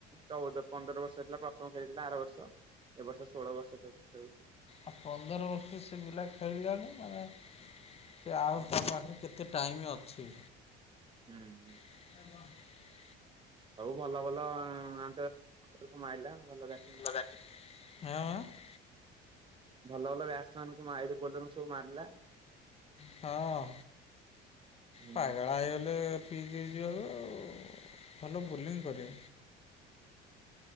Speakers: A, on the right (about 25°); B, on the left (about 30°).
A: ଚଉଦ ପନ୍ଦର ବର୍ଷ ହେଇଥିଲା ପ୍ରଥମ ଖେଳିଥିଲା ଆର ବର୍ଷ। ଏବ ବର୍ଷ ଷୋହଳ ବର୍ଷ ଖେ ଖେଳୁଚି।
B: ଆ ପନ୍ଦର ବର୍ଷୁ ସେ ପିଲା ଖେଳିଲାଣି ମାନେ ସେ ଆଉ ତା ପାଖେ କେତେ ଟାଇମ୍ ଅଛି।
A: ହୁଁ ହୁଁ।
B: ହ
A: ସବୁ ଭଲ ଭଲ ଆନ୍ତ <inaudible> ମାଇଲା ଭଲ ବ୍ୟା
B: <unintelligible>
A: ଭଲ ଭଲ ବ୍ୟାଟସ୍ ମାନଙ୍କୁ ମାରି ବୋଲକୁ ସବୁ ମାରିଲା।
B: ହଁ
A: ହୁଁ
B: ପାଗଳା ହେଇଗଲେ। ପି ଦେଇ ଯିବାକୁ ଆଉ ଭଲ ବୋଲିଂ କରେ।